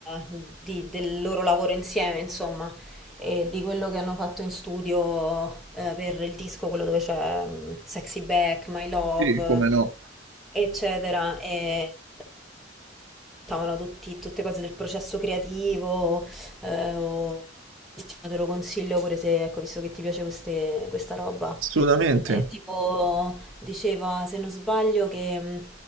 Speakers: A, in the centre; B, on the right.
A: di- del loro lavoro insieme, insomma e di quello che hanno fatto in studio eh, per il disco, quello dove c'è mm, Sexy Back, My Love,
B: sì, come no?
A: eccetera. E davano tutti- tutte cose del processo creativo, eh, o bellissimo, te lo consiglio pure se, ecco, visto che ti piace queste- questa roba.
B: Assolutamente,
A: Eh, tipo, diceva, se non sbaglio, che... mh,